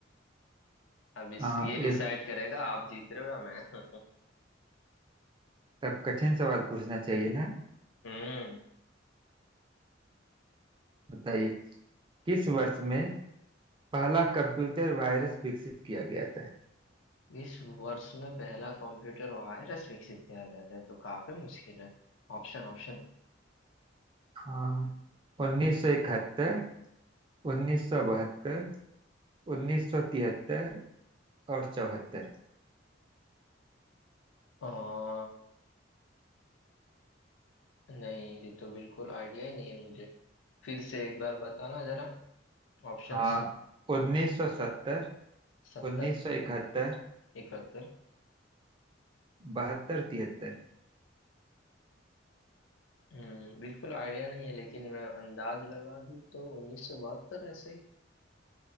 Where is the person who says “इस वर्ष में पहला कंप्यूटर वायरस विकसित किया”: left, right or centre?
Left